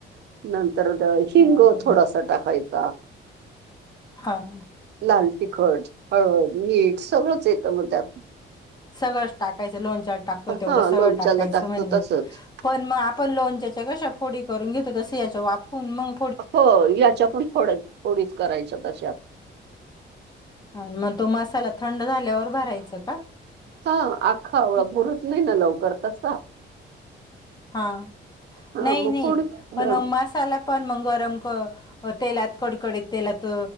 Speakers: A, on the right; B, on the left.
A: नंतर हिंग
B: आणि
A: थोडासा टाकायच.
B: हां!
A: लाल तिखट, हळद, मीठ, सगळंच येतं म त्यात.
B: सगळंच टाकायचं, लोणचाल टाकतो
A: हां,
B: तेवढं सगळं
A: लोणच्याला
B: टाकायचं,
A: टाकतो
B: म्हणजे.
A: तसंच.
B: पण मग आपण लोणच्याच्या कशा फोडी करून घेतो तसं याच्या वाफवून मंग
A: हो याच्या पण फोड्या फोडीच करायच्या तश्या.
B: हा म तो मसाला थंड झाल्यावर भरायच का?
A: हा आक्खा बुरूच नाही ना लवकर तसा.
B: हा
A: हां,
B: नाही
A: मग
B: नाही
A: फोडीत
B: पण
A: हां,
B: मग मसाला. पण मग गरम क तेलात कडकडीत तेलात